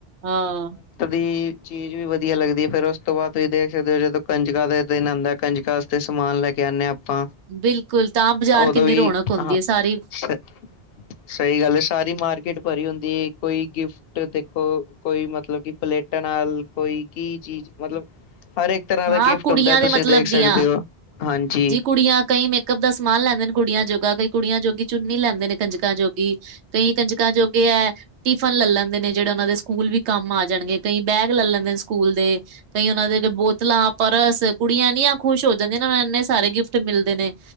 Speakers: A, on the right; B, on the left.
A: ਹਾਂ।
B: ਦੀ ਚੀਜ਼ ਵੀ ਵਧੀਆ ਲੱਗਦੀ ਹੈ, ਫੇਰ ਉਸ ਤੋਂ ਬਾਅਦ ਤੁਸੀਂ ਦੇਖ ਸਕਦੇ ਹੋ ਜਦੋਂ ਕੰਜਕ ਦੇ ਦਿਨ ਆਉਂਦਾ ਹੈ ਕੰਜਕਾਂ ਤੇ ਸਮਾਨ ਲੈ ਕੇ ਆਉਂਦੇ ਹਾਂ ਆਪਾਂ।
A: ਬਿਲਕੁਲ ਤਾਂ ਬਾਜ਼ਾਰ
B: ਉਦੋਂ
A: ਕਿੰਨੀ
B: ਵੀ
A: ਰੌਣਕ ਹੁੰਦੀ
B: ਹਾਂ
A: ਹੈ ਸਾਰੀ।
B: ਸ ਸਹੀ ਗੱਲ ਹੈ ਸਾਰੀ ਮਾਰਕੀਟ ਭਰੀ ਹੁੰਦੀ ਹੈ ਕੋਈ ਗਿਫਟ ਦੇਖੋ ਕੋਈ ਮਤਲਬ ਕਿ ਪਲੇਟਾਂ ਨਾਲ ਕੋਈ ਕੀ ਚੀਜ਼ ਮਤਲਬ ਹਰ ਇੱਕ ਤਰ੍ਹਾਂ
A: ਹਾਂ
B: ਦਾ ਗਿਫਟ
A: ਕੁੜੀਆਂ
B: ਹੁੰਦਾ
A: ਦੇ
B: ਤੁਸੀਂ
A: ਮਤਲਬ
B: ਦੇਖ ਸਕਦੇ
A: ਦੀਆਂ
B: ਹੋ ਹਾਂਜੀ।
A: ਕੁੜੀਆਂ ਕਈ ਇਕ ਅੱਧਾ ਸਮਾਨ ਲੈਂਦੇ ਨੇ ਕੁੜੀਆਂ ਜੋਗਾ, ਕਈ ਕੁੜੀਆਂ ਜੋਗੀ ਚੁੰਨੀ ਲੈਂਦੇ ਨੇ ਕੰਜਕਾਂ ਜੋਗੀ। ਕਈ ਕੰਜਕਾਂ ਜੋਗੇ ਏ ਟਿਫਨ ਲੈ ਲੈਂਦੇ ਨੇ ਜਿਹੜੇ, ਉਹਨਾਂ ਦੇ ਸਕੂਲ ਵੀ ਕੰਮ ਆ ਜਾਣਗੇ ਕਈ ਬੈਗ ਲੈ ਲੈਂਦੇ ਨੇ ਸਕੂਲ ਦੇ। ਕਈ ਉਹਨਾਂ ਦੇ ਅਗੇ ਬਹੁਤ। ਬੋਤਲਾਂ ਪਰਸ ਕੁੜੀਆਂ ਇਨੀਆਂ ਖੁਸ਼ ਹੋ ਜਾਂਦੀਆਂ ਨੇ ਇਨੇ ਸਾਰੇ ਗਿਫਟ ਮਿਲਦੇ ਨੇ।